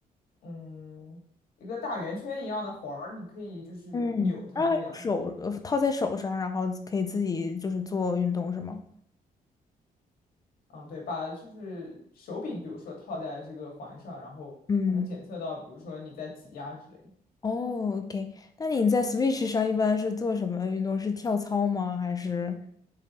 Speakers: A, on the left (about 75°); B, on the left (about 25°).
A: 嗯一个大圆圈一样的环儿，你可以就是扭它那样。
B: 嗯，啊，用手呃套在手上，然后可以自己就是做运动是吗？
A: 嗯，对，把就是手柄，比如说套在这个环上，然后它能检测到，
B: 嗯，
A: 比如说你在挤压之类的。
B: 哦，OK。那你在 Switch 上一般是做什么运动？是跳操吗？还是？